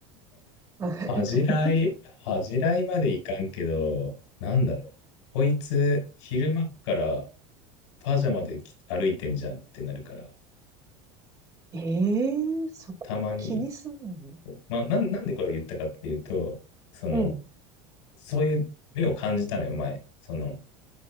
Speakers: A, on the right (about 25°); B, on the left (about 90°).
A: あ <laughs>
B: 恥じらい、恥じらいまでいかんけど、なんだろう。こいつ、昼間っからパジャマでき歩いてんじゃんってなるから、
A: ええー、そこ気にすんの
B: たまに、まあ、なん、なんでこれを言ったかっていうと、その、
A: うん、
B: そういう目を感じたのよ、前。その、